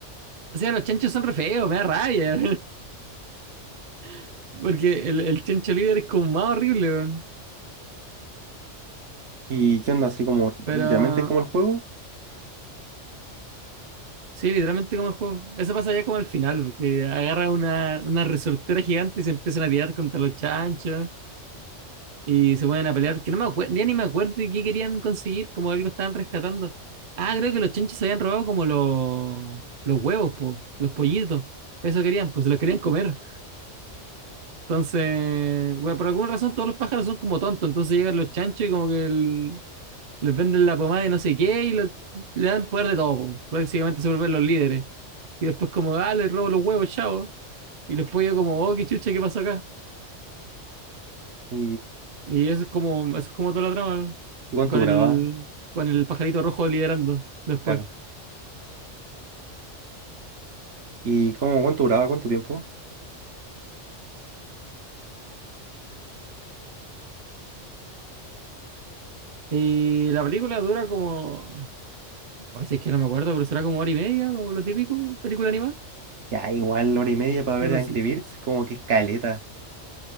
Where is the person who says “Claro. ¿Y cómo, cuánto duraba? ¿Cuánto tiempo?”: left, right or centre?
Right